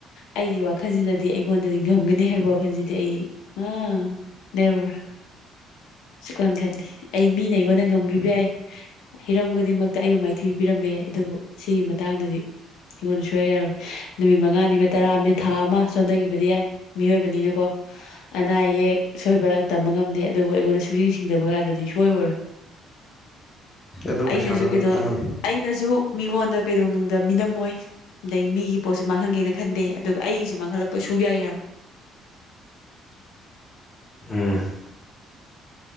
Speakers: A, on the left; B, on the left.
A: ꯑꯩꯒꯤ ꯋꯥꯈꯜꯁꯤꯅꯗꯤ ꯑꯩꯉꯣꯟꯗꯗꯤ ꯉꯝꯒꯅꯤ ꯍꯥꯏꯕ ꯋꯥꯈꯜꯁꯤꯗꯤ ꯑꯩ ꯑꯥ ꯅꯦꯕ꯭ꯔ꯫ ꯁꯨꯈꯟ ꯈꯟꯗ‌ꯦ꯫ ꯑꯩ ꯃꯤꯅ ꯑꯩꯉꯣꯟꯗ ꯉꯝꯒꯤꯕ ꯌꯥꯏ꯫ ꯍꯤꯔꯝ ꯈꯨꯗꯤꯡꯃꯛꯇ ꯑꯩꯕꯨ ꯃꯥꯏꯊꯤꯕ ꯄꯤꯔꯝꯕ ꯑꯗꯨꯕꯨ ꯁꯤꯒꯤ ꯃꯇꯥꯡꯗꯗꯤ ꯑꯩꯉꯣꯟꯗ ꯁꯨꯡꯌꯥ ꯌꯥꯔꯣꯏ꯫ ꯅꯨꯃꯤꯠ ꯃꯉꯥꯅꯤꯃ ꯇꯔꯥ <unintelligible> ꯊꯥ ꯑꯃ ꯆꯣꯟꯗꯒꯤꯕꯗꯤ ꯌꯥꯏ꯫ ꯃꯤꯑꯣꯏꯕꯅꯤꯅꯀꯣ ꯑꯅꯥ ꯑꯌꯦꯛ ꯁꯣꯏꯕ ꯇꯝꯕ ꯉꯝꯗꯦ ꯑꯗꯨꯕꯨ ꯑꯩꯉꯣꯟꯗ ꯁꯨꯁꯤꯡ ꯁꯤꯡꯗꯕꯒꯗꯨꯗꯤ ꯁꯨꯑꯣꯏ ꯑꯣꯏꯔꯣꯏ꯫
B: ꯑꯗꯣ
A: ꯑꯩꯅꯖꯨ‌
B: ꯄꯩꯁꯥꯗꯣ
A: ꯀꯩꯗꯣ
B: ꯑꯥ
A: ꯑꯩꯅꯁꯨ ꯃꯤꯉꯣꯟꯗ ꯀꯩꯗꯧꯅꯨꯡꯗ ꯃꯤꯅꯝꯃꯣꯏ꯫ ꯑꯗꯩ ꯃꯤꯒꯤ ꯄꯣꯠꯁꯨ ꯃꯥꯡꯍꯟꯒꯦꯅ ꯈꯟꯗꯦ ꯑꯗꯨꯒ ꯑꯩꯒꯤꯁꯨ ꯃꯥꯡꯍꯜꯂꯛꯄ ꯁꯨꯌꯥ ꯌꯥꯔꯣꯏ꯫
B: ꯎꯝ꯫